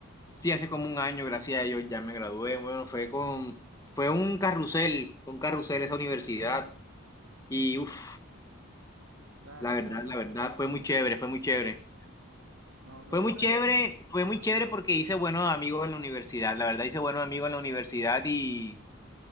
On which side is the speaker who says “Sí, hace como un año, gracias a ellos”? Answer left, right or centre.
Left